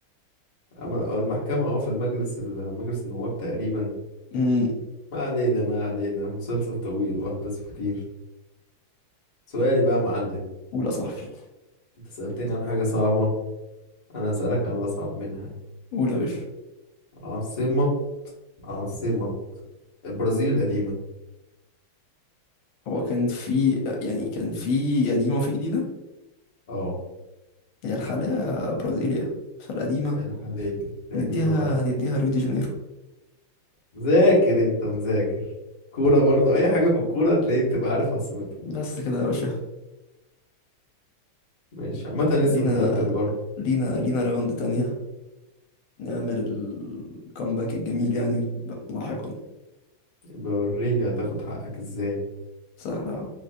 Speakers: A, on the left; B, on the left.
A: عمل اه المحكمة اه في المجلس ال- مجلس النواب تقريبا
B: امم
A: ما علينا ما علينا مسلسل طويل وأحداثه كتير سؤالي بقى يا معلم
B: أولى صاحبي
A: انت سألتني عن حاجة صعبة أنا هسألك عن الأصعب منها
B: أولى يا باشا
A: عاصمة عاصمة البرازيل القديمة
B: هو كان في يعني كان في قديمة وفي جديدة
A: اه
B: هي الحالية برازيليا فالقديمة
A: الحالية القديمة
B: نديها
A: بقى
B: نديها ريو دي جانيرو
A: مذاكر انت مذاكر كورة برضو أي حاجة في الكورة تلاقي بتبقى عارف عاصمتها
B: بس كده يا باشا
A: ماشي عامة أنا
B: لينا
A: لسه متقدم برضو
B: لينا لينا راوند تانية نعمل الكامباك الجميل يعني لاحقا
A: بوريني هتاخد حقك ازاي
B: سهلة يا عم.